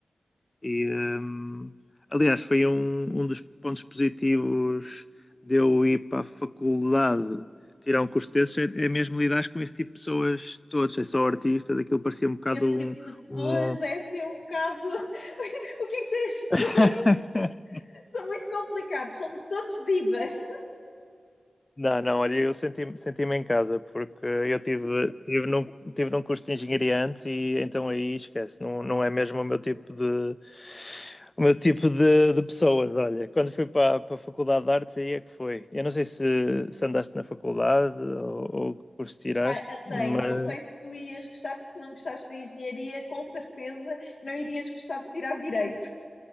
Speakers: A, on the left; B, on the left.
A: E, hum, aliás, foi um, um dos pontos positivos de eu ir para a faculdade tirar um curso desses, é, é mesmo lidar com esse tipo de pessoas todos, é só artistas, aquilo parecia um bocado
B: Esse
A: um,
B: tipo de pessoas
A: um-
B: é assim um bocado. <laughs> O que é que têm as pessoas?
A: <laughs>
B: <laughs> São muito complicados, são todos divas.
A: Não, não, olha, eu senti-me senti-me em casa porque eu tive, tive, num, tive num curso de engenharia antes e então aí esquece, não, não é mesmo o meu tipo de o meu tipo de, de pessoas, olha. Quando fui para, para a Faculdade de Artes aí é que foi. Eu não sei se, se andaste na faculdade ou, ou que curso tiraste,
B: Pá, andei,
A: mas
B: não sei se tu ias gostar, porque se não gostaste de engenharia, com certeza não irias gostar de tirar direito.